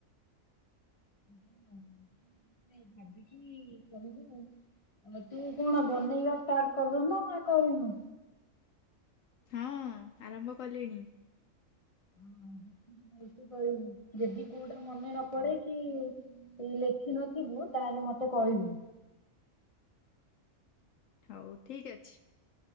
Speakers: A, on the left; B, on the left.
A: <unintelligible> ଭାବିକି କହିବୁ। ଆଉ ତୁ କଣ ବନେଇବା ଷ୍ଟାର୍ଟ କଲୁ ନା ନା କରିନୁ?
B: ହଁ ଆରମ୍ଭ କଲିଣି।
A: ଭଲସେ ଯଦି କୋଉଟା ମନେ ନ ପଡେ କି ଲେଖିିନଥିବୁ ତାହେଲେ ମତେ କହିବୁ।
B: ହଉ ଠିକ୍ ଅଛି।